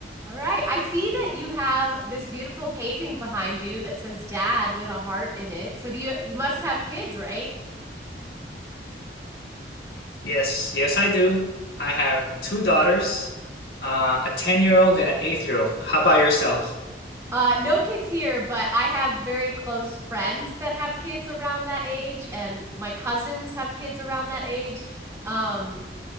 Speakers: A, on the right; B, on the left.
A: Alright, I see that you have this beautiful painting behind you that says "Dad" with a heart in it, so do you you must have kids, right?
B: Yes, yes, I do. I have two daughters, uh, a 10-year-old and an 8-year-old. How about yourself?
A: Uh, no kids here, but I have very close friends that have kids around that age, and my cousins have kids around that age, um,